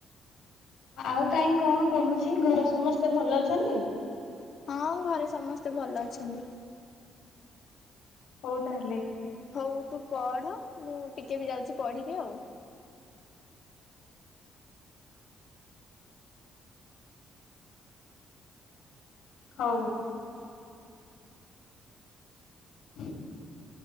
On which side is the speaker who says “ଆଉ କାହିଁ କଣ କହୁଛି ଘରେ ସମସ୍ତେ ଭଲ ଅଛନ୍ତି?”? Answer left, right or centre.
Left